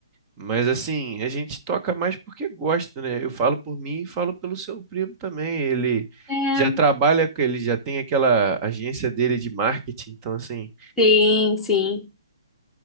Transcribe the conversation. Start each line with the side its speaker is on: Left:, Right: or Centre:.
Right: Mas assim, a gente toca mais porque gosta, né? Eu falo por mim e falo pelo seu primo também. Ele
Centre: É,
Right: já trabalha, com- ele já tem aquela agência dele de marketing, então assim
Centre: sim, sim.